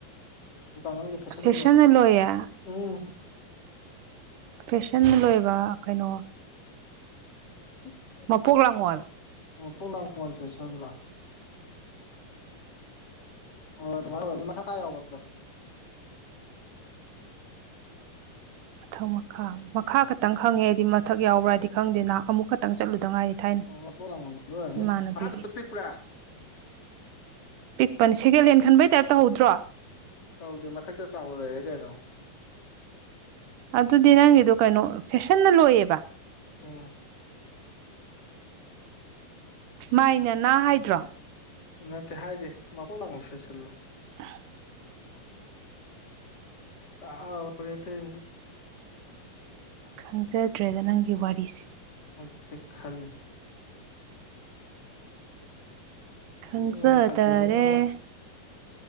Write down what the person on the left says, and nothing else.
ꯗꯨꯀꯥꯟ ꯐꯁꯅ
ꯂꯣꯏꯕꯅꯤ
ꯎꯝ
ꯎꯝ
ꯃꯥꯄꫭꯛ ꯂꯥꯛꯉꯥꯟ ꯐꯦꯁꯟꯂꯥ ꯑꯣ ꯑꯗꯨꯃꯥꯏ ꯑꯗꯨꯝ ꯃꯊꯪꯈꯥ ꯌꯥꯎꯕꯗꯣ
ꯎꯝ
ꯑꯣ ꯃꯄꯣꯛ ꯂꯥꯡꯉꯣꯟꯗꯣ ꯑꯣꯏꯔꯝꯅꯤ
ꯃꯈꯥꯗꯣ ꯄꯤꯛꯄ꯭ꯔꯥ
ꯇꯧꯗꯦ ꯃꯊꯛꯇ ꯆꯥꯎꯅ ꯂꯩꯔꯦ ꯀꯩꯅꯣ
ꯎꯝ
ꯎ ꯅꯠꯇꯦ ꯍꯥꯏꯗꯦ ꯃꯄꯣꯛ ꯂꯥꯡꯉꯣꯜ ꯐꯦꯁꯜꯂꯣ
ꯀꯥꯎꯔꯦ ꯇꯧꯔꯁꯤꯕꯨ
ꯑꯠꯁꯦ ꯈꯂ
ꯃꯣꯏ ꯀꯖꯤꯟ ꯑꯃ